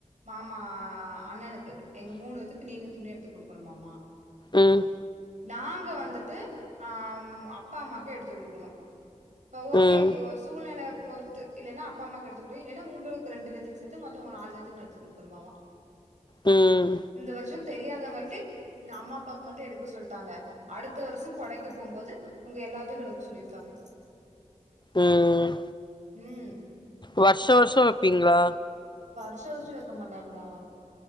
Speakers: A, on the right; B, on the left.
A: மாமா அண்ணனு க்கு எங்க மூணு வெத்துக்கு நீங்க துணி எடுத்து குடுக்கணுமாமா
B: ம்
A: நாங்க வந்துட்டு அஹ அப்பாம்மாக்கு எடுத்து குடுக்கணு ப ஓகே
B: ம்
A: இப்போ சூழ்நெல பொறுத்து இல்லன்னா அப்பாம்மாக்கு எடுத்து குடு இல்லன்னா உங்களுக்கு ரெண்டு பேத்துக்கு சேத்து மொத்த உங்க நாலு பேத்துக்கு நா எடுத்து குடுக்கணுமாமா
B: ம்
A: இந்த வருஷோ தெரியாதங்காட்டி இந்த அம்மாப்பாக்கு மட்டு எடுக்க சொல்ட்டாங்க அடுத்த வருஷொ கொடைக்கு போம்போது உங்க எல்லாத்துக்கு எடுக்க சொல்லிருக்காங்க
B: ம் ம்
A: ம்
B: வருஷ வருஷ வப்பீங்ளா?
A: ஷ வர்ஷ வக்க மாட்டாங்கடா